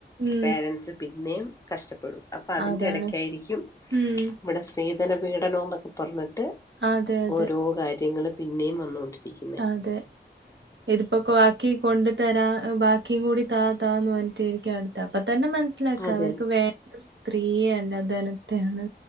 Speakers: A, on the right; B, on the left.
A: ഉം
B: പാരൻസ്- പിന്നെം കഷ്ടപ്പെടും അപ്പ അതിന്റെ
A: അതാണ്
B: എടയ്ക്കായിരിക്കും
A: ഉം
B: ഇവിടെ- സ്ത്രീധന പീഡനോന്നൊക്കെ പറഞ്ഞിട്ട്
A: അതെ അതെ
B: ഓരോ കാര്യങ്ങൾ പിന്നേം വന്നൊണ്ടിരിക്ക.
A: അതെ.
B: <inaudible>
A: ഇതിപ്പോ ആക്കി കൊണ്ടു തരാൻ ബാക്കിയും കൂടി താ താന്ന് പറഞ്ഞിട്ട ആരിക്കും അടുത്ത അപ്പൊ തന്നെ മനസ്- മനസ്സിലാക്കാം
B: അതെ
A: അവർക്ക് വേണ്ട സ്ത്രീയെയല്ല ധനത്തെയാണ്